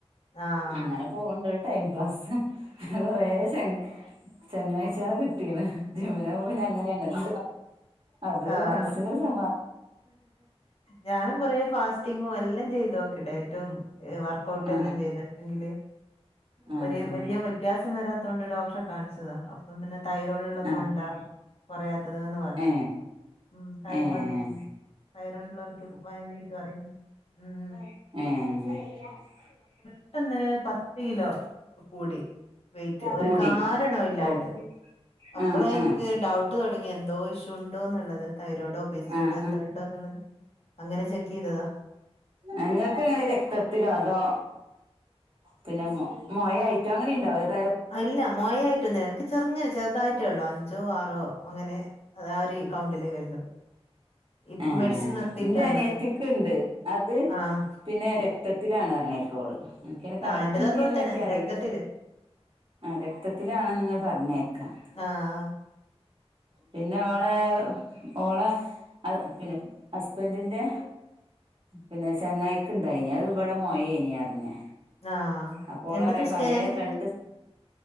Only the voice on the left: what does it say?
ആഹ്.
ഉം.
ആഹ്.
ഞാനും കൊറ ഫാസ്റ്റിങ്ങും എല്ലാം ചെയ്ത് നോക്ണ്ടായി... വർക്കഔട്ട്
എല്ലാം ചെയ്തെങ്കില്
ഒരു വലിയ വ്യത്യാസം വരാത്ത. ണ്ട് ഡോക്ടറെ കാണിച്ചതാഅപ്പ പിന്നെ തൈറോയിഡ് ഉള്ള. ത
കൊണ്ടാ കൊറയാത്തത്ന്ന് പറഞ്ഞ
ഉം ടൈം
എടുക്കും. തൈറോയ്ഡ് ഉള്ളവർക്ക് വയലായിട്ട് അറണം ഉം.
പെട്ടന്ന് പത്ത് കിലോ കൂടി. വെയിറ്റ് ഒരു
കാരണോ ഇല്ലാണ്ട്
അപ്പള
എനിക്ക്
ഡൗട്ട് ത.. എന്തോ ഇഷ്യു ഉണ്ടോ എന്നുള്ളത് തൈരോടോ പി സിയോടോ
എന്തോ
ഉണ്ടോ എന്നുള്ളത്. അങ്ങനെ ചെക്ക് ചെയ്തതാ.
അല്ല മൊയ ആയിട്ടൊന്നില്ല എൻക്ക് ചെറുങ്ങന ചെറുതായിട്ട്. റ്റുള്ളൂ അഞ്ചോ ആറോ അങ്ങനെ ആ ഒരു അക്കൗണ്ടിലേ വരുന്നുള്ളൂ. ഇപ്പം
മെഡിസിൻ നിർത്തിയിട്ടാ
ഉള്ളത്.
ആഹ്
ആഹ് എന്റെത് അതുപോലെ തന്നെ
രക്തത്തില്
ആഹ്
ആഹ്
എന്റത് സ്കാനിങ്